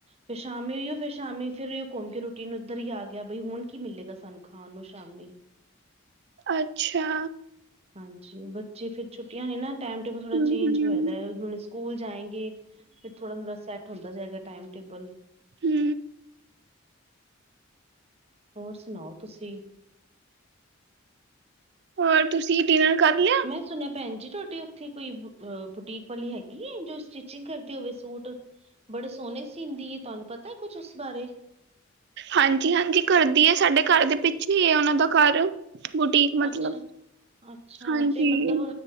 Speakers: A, on the right; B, on the right.
A: ਫਿਰ ਸ਼ਾਮੀ ਹੋਈ ਫਿਰ ਸ਼ਾਮੀ ਫੇਿਰ ਘੁੰਮ ਕੇ ਰੁਟੀਨ ਇੱਧਰ ਹੀ ਆ ਗਿਆ, ਬਈ ਹੁਣ ਕੀ ਮਿਲੇਗਾ ਸਾਨੂੰ ਖਾਣ ਨੂੰ ਸ਼ਾਮੀ।
B: ਅੱਛਾ।
A: ਹਾਂਜੀ ਬੱਚੇ ਫਿਰ ਛੁੱਟੀਆਂ ਨੇ ਨਾ ਟਾਈਮ ਟੇਬਲ
B: ਹਮ
A: ਥੋੜਾ ਚੇਂਜ
B: ਹਮ
A: ਹੋਇਆ ਦਾ ਐ ਹੁਣ ਸਕੂਲ ਜਾਏਗੇ। ਫਿਰ ਥੋੜਾ ਥੋੜ੍ਹ ਸੈਟ ਹੁੰਦਾ ਜਾਏਗਾ ਟਾਈਮ ਟੇਬਲ।
B: ਹੂ
A: ਹੋਰ ਸੁਣਾਓ ਤੁਸੀਂ।
B: ਹੋਰ ਤੁਸੀਂ ਡਿਨਰ ਕਰ ਲਿਆ।
A: ਮੈਂ ਸੁਣਿਆ ਭੈਣ ਜੀ ਤੁਹਾਡੇ ਉੱਥੇ ਕੋਈ ਬੁਟੀਕ ਵਾਲੀ ਹੈਗੀ ਐ, ਜੋ ਸਟਿਚਿੰਗ ਕਰਦੀ ਹੋਵੇ ਸੂਟ। ਬੜੇ ਸੋਹਣੇ ਸੀਨਦੀ ਐ, ਤੁਹਾਨੂੰ ਪਤਾ ਕੁਝ ਉਸ ਬਾਰੇ।
B: ਹਾਂਜੀ ਹਾਂਜੀ ਕਰਦੀ ਐ, ਸਾਡੇ ਘਰ ਦੇ ਪਿੱਛੇ ਹੈ ਉਹਨਾਂ ਦਾ ਘਰ। ਬੁਟੀਕ ਮਤਲਬ
A: ਅੱਛਾ ਅੱਛਾ
B: ਹਾਂਜੀ
A: ਤੇ ਮਤਲਬ